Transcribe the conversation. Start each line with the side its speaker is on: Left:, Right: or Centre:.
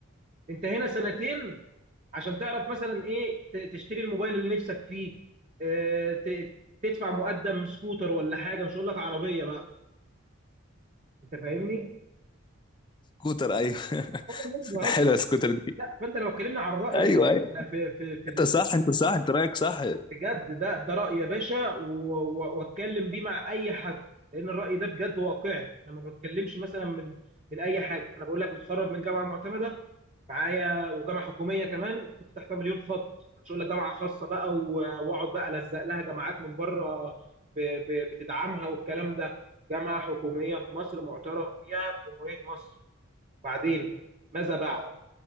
Right: انت هنا سنتين عشان تعرف مثلا ايه ت- تشتري الموبايل اللي نفسك فيه آه، ت- تدفع مقدم سكوتر ولا حاجه مش هقول لك عربيه بقى انت فاهمني؟
Left: سكوتر ايوه <laughs>
Right: مش بهزر
Left: حلوه السكوتر دي
Right: لا فانت لو اتكلمنا عن الراي
Left: ايوه
Right: في
Left: ايوه
Right: في في في
Left: انت
Right: ال-
Left: صح انت صح انت رايك صح
Right: بجد ده ده راي يا باشا و- و- واتكلم بيه مع اي حد لان الراي ده بجد واقعي انا ما بتكلمش مثلا من من اي حاجه انا بقول لك متخرج من جامعه معتمده معايا وجامعه حكوميه كمان كنت تحتها مليون خط مش هقول لك جامعه خاصه بقى و- واقعد بقى الزق لها جامعات من بره ب- ب- بتدعمها والكلام ده جامعه حكوميه في مصر معترف بيها في جمهوريه مصر بعدين ماذا بعد